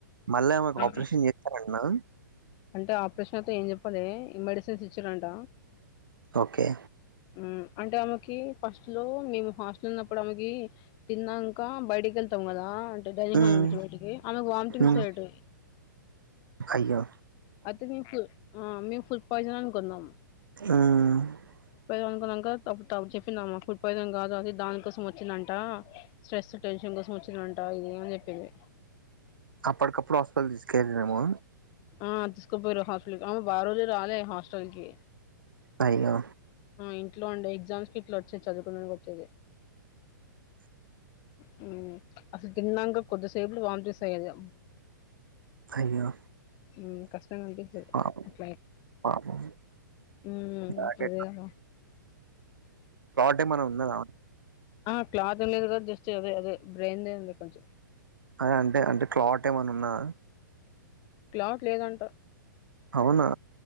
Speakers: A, on the right; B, on the left.
A: మళ్ళా ఏమన్నా
B: ఆ
A: ఆపరేషన్ చేస్తారంటనా?
B: అంటే ఆపరేషన్ అయితే ఏం చెప్పలే ఈ మెడిసిన్స్ ఇచ్చిరంట.
A: ఓకే
B: హ్మ్ అంటే ఆమెకి ఫస్ట్ లో మేము హాస్టల్ ఉన్నప్పుడు ఆమెకి తిన్నాక బయటికి వెళ్తాం కదా డైనింగ్
A: హ్మ్,
B: హల్ నుంచి బయటికి ఆమెకు వాంటింగ్స్
A: హ్మ్,
B: అయ్యేటివి.
A: అయ్యో
B: అది మీకు ఆ మేము ఫుడ్ పాయిజన్ అనుకున్నాం.
A: మ్
B: అనుకున్నాక, అప్పుడు చెప్పిందామా ఫుడ్ పాయిజన్ కాదు అది దానికోసం వచ్చిందంట స్ట్రెస్, టెన్షన్ కోసం వచ్చిందంట ఇది అని చెప్పింది.
A: అప్పటికప్పుడు హాస్పిటల్ తీసుకెళ్లాము.
B: ఆ తీసుకుపోయారు హాస్టల్ కి ఆమె ఆరోజే రాలే హాస్టల్ కి.
A: అయ్యో
B: ఇంట్లో ఉండే ఎగ్జామ్స్ కి ఇట్లా వచ్చేది చదువుకోడానికి వచ్చేది. హ్మ్ అసలు తిన్నంగా కొద్ది సేపులో వాంటింగ్స్ అయ్యేవి.
A: అయ్యో
B: మ్ కష్టంగ అనిపిస్తాది
A: పాపం
B: అట్లే
A: పాపం
B: ఉ
A: బ్లాక్
B: అదేకదా
A: అంటే మనం ఉన్నదా
B: ఆ క్లాత్ ఉండేది కూడా జస్ట్ అదే అదే బ్రెయిన్దే ఉంది కొంచెం
A: ఆ అంటే అంటే క్లాట్ ఏమైన్నా ఉన్నదా
B: క్లాట్ లేదంట
A: అవునా